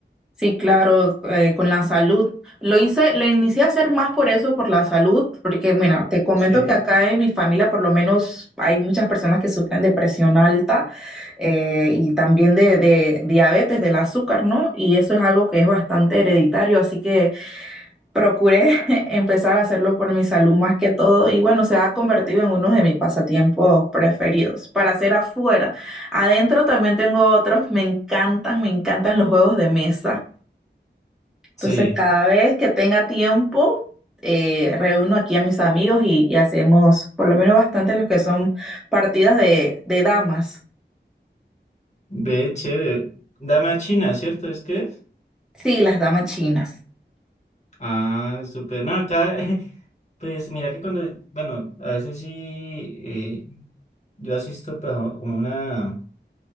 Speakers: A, in the centre; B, on the left.
A: Sí, claro, eh, con la salud. Lo hice, lo inicié a hacer más por eso, por la salud, porque, mira, te comento
B: Sí.
A: que acá en mi familia por lo menos hay muchas personas que sufren de presión alta eh, y también de, de diabetes, del azúcar, ¿no? Y eso es algo que es bastante hereditario, así que procuré <laughs> empezar a hacerlo por mi salud más que todo y bueno, se ha convertido en uno de mis pasatiempos preferidos para hacer afuera. Adentro también tengo otros, me encantan, me encantan los juegos de mesa. Entonces,
B: Sí,
A: cada vez que tenga tiempo, eh, reúno aquí a mis amigos y, y hacemos por lo menos bastante los que son partidas de, de damas.
B: ve, chévere. Dame a China, ¿cierto? ¿Es que? es?
A: Sí, las damas chinas.
B: Ah, súper. No, acá, <laughs> pues mira que cuando, bueno, a veces sí, eh, yo asisto pues, a- como una...